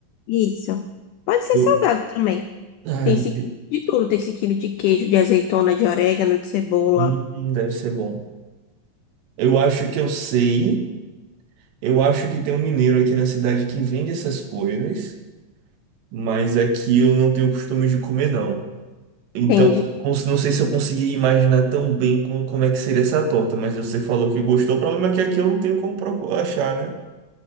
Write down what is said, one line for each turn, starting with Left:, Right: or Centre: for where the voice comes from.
Left: Isso. Pode ser
Right: Eu-
Left: salgado também.
Right: Ai,
Left: Tem sequilho de tudo. Tem sequilho de queijo, de azeitona, de orégano, de cebola.
Right: hum, deve ser bom. Eu acho que eu sei. Eu acho que tem um mineiro aqui na cidade que vende essas coisas, mas aqui eu não tenho costume de comer, não. Então,
Left: Tem
Right: eu cons- não sei se eu consegui imaginar tão bem como, como é que seria essa torta, mas você falou que gostou. O problema é que aqui eu não tenho como procu- achar, né?